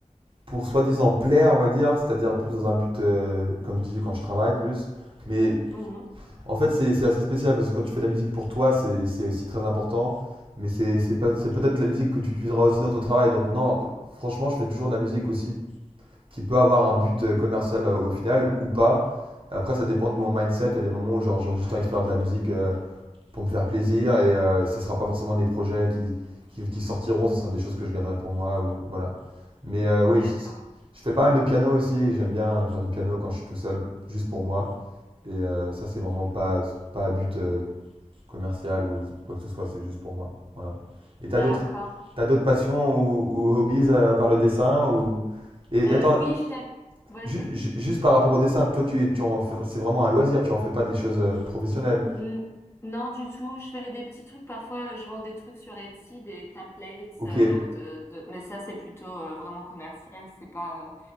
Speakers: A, on the right (about 45°); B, on the left (about 20°).
A: pour soi-disant plaire, on va dire, c'est-à-dire plus dans un but, euh, comme je dis quand je travaille plus. Mais
B: Mhm.
A: en fait, c'est c'est assez spécial parce que quand tu fais de la musique pour toi, c'est c'est aussi très important. Mais c'est c'est pas- c'est peut-être la musique que tu utiliseras aussi dans ton travail. Donc non, franchement, je fais toujours de la musique aussi qui peut avoir un but euh, commercial euh, au final ou pas. Après, ça dépend de mon mindset. Il y a des moments où genre, j'ai juste envie de faire de la musique. euh, pour me faire plaisir. Et euh, ça sera pas forcément des projets qui, qui, qui sortiront, ce sera des choses que je garderai pour moi. ou- voilà. Mais euh, oui,
B: D'accord.
A: je, je fais pas mal de piano aussi. J'aime bien faire du piano quand je suis tout seul, juste pour moi. Et euh, ça, c'est vraiment pas, pas à but euh, commercial ou quoi que ce soit, c'est juste pour moi. Voilà. Et
B: D'accord.
A: t'as d'autres, t'as d'autres passions ou, ou hobbies euh, par le dessin ou... Et,
B: Euh,
A: et attends,
B: oui, j'aime... Vas-y.
A: ju- ju- juste par rapport au dessin, toi, tu, es- tu en fais- c'est vraiment un loisir, tu en fais pas des choses euh, professionnelles.
B: N- Non, du tout. Je fais des petits trucs. Parfois, je vends des trucs sur Etsy, des templates,
A: Ok,
B: euh,
A: et,
B: de, de... mais ça, c'est plutôt euh, vraiment commercial. C'est pas... euh,